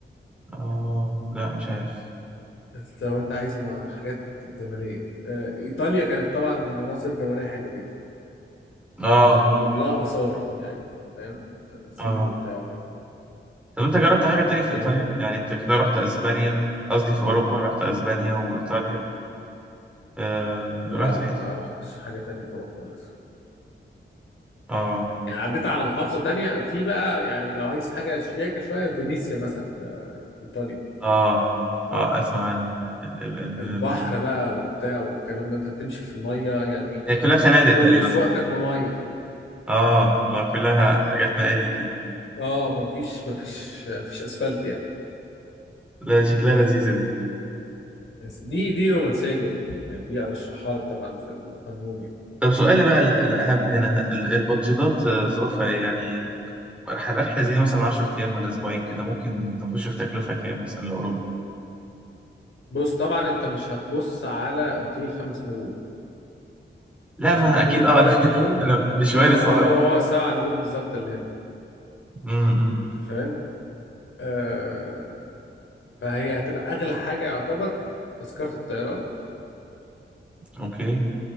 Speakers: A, in the centre; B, on the left (about 75°).
A: آه لا مش عارف
B: أنت لو انت عايز ما- حاجات جماليه آه، ايطاليا كانت طبعا مناظر جماليه حلوه جدا
A: آه
B: عشان كلها اثار يعني فاهم تماثيل
A: آه
B: وبتاع كده
A: طب أنت جربت حاجة تاني في إيطاليا
B: آه
A: يعني أنت كده رحت أسبانيا قصدي في أوروبا رحت أسبانيا وإيطاليا آه
B: لا
A: رحت في
B: ما
A: حتة
B: رحتش حاجه تانية في اوروبا للاسف
A: آه
B: يعني عديت على محافظة تانية في بقى يعني لو عايز حاجة شياكة شوية فينيسيا مثلا في إيطاليا
A: آه آه أسمع عن ال ال ال
B: البحر
A: ال
B: بقى وبتاع والكلام ده أنت بتمشي في المية يعني
A: هي كلها خنادق
B: كل
A: تقريبا
B: سواقتك
A: صح؟
B: بمية
A: آه آه كلها حاجات مائية كده
B: اه مفيش مفيش مفيش أسفلت يعني
A: لا شكلها لذيذة دي
B: بس دي دي رومانسية جدا يعني دي أرشحها لك طبعا في الهانيمون يعني
A: طب سؤالي بقى ال- الأهم هنا ال- البادجيتات آه، ظروفها إيه يعني رحلة رحلة زي دي مثلا 10 أيام ولا أسبوعين كده ممكن تخش في تكلفة كام مثلا لأوروبا؟
B: بص طبعا أنت مش هتبص على أوتيل خمس نجوم
A: لا
B: عشان
A: ما
B: أوتيل
A: أكيد
B: التلات
A: أه أنا <laughs>
B: نجوم
A: أنا مش وارث
B: هيبقى
A: أه
B: هو هو السبع نجوم بالظبط اللي هنا
A: أمم،
B: أنت فاهم؟ آه فهي هتبقى اغلى حاجه يعتبر تذكره الطيران
A: أوكي